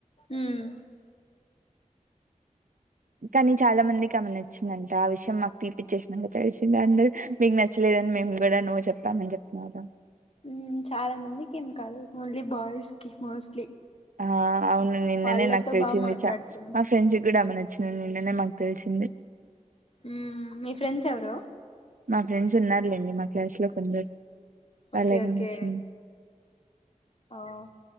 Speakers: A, on the left; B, on the right.
A: ఉమ్
B: కానీ చాలా మంది కమనచ్ చ్చిందంట ఆ విషయం మాకు తీపిచ్చేసినక తెలిసింది అందరూ మీకు నచ్చలేదని మేము గూడ నో చెప్పామని జెప్ప నాద
A: ఉమ్ చాలా మందికి ఏం కాదు ఓన్లీ బాయ్స్ కి మోస్ట్లీ
B: ఆ అవును నిన్ననే
A: వాళ్ళతో
B: నాకు తెలిసింది
A: బాగా మాట్లాడుతుంది
B: చ మా ఫ్రెండ్స్ గూడా ఆమె నచ్చిందని నిన్ననే మాకు తెలిసింది
A: ఉమ్ మీ ఫ్రెండ్స్ ఎవరు
B: మా ఫ్రెండ్స్ ఉన్నారులేండి మా క్లాస్ లో కొందరు వాళ్ళకి
A: ఓకే ఓకే
B: నచ్చింది
A: ఆ